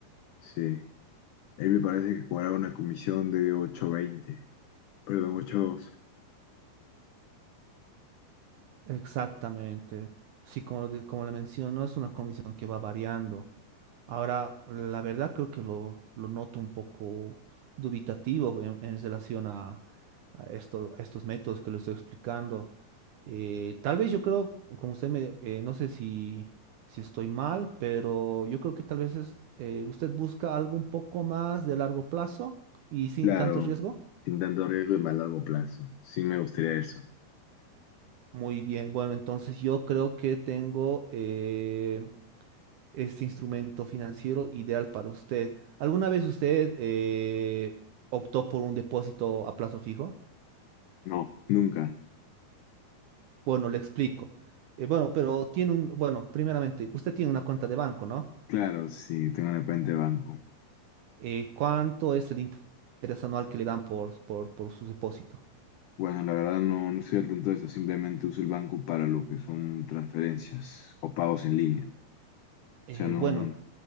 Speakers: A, on the left; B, on the right.
A: sí, él me parece que cobraba una comisión de ocho veinte perdón, ocho dos
B: Exactamente. Sí, como, lo di- como le menciono, es una comisión que va variando. Ahora, la verdad creo que lo, lo noto un poco dubitativo en, en relación a, a esto- a estos métodos que le estoy explicando. Eh, tal vez yo creo, como usted me, eh, no sé si, si estoy mal, pero yo creo que tal vez es, eh, usted busca algo un poco más de largo plazo y sin
A: Claro,
B: tanto riesgo.
A: sin tanto riesgo y más largo plazo. Sí me gustaría eso.
B: Muy bien, bueno, entonces yo creo que tengo eh, este instrumento financiero ideal para usted. ¿Alguna vez usted eh, optó por un depósito a plazo fijo?
A: No, nunca.
B: Bueno, le explico. Eh, bueno, pero tiene un, bueno, primeramente, usted tiene una cuenta de banco, ¿no?
A: Claro, sí, tengo una cuenta de banco.
B: Eh, ¿cuánto es el interés anual que le dan por, por, por su depósito?
A: Bueno, la verdad no, no estoy al tanto de eso. Simplemente uso el banco para lo que son transferencias o pagos en línea. O
B: Eh,
A: sea, no...
B: bueno,